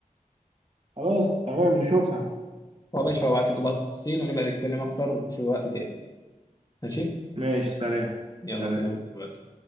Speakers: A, on the right; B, on the left.
A: خلاص تمام نشوفها
B: هو ماشي هبعت لك بقى التفاصيل ونبقى نتكلم اكتر في وقت تاني ماشي
A: ماشي سلام
B: يلا
A: سلام
B: سلام دلوقتي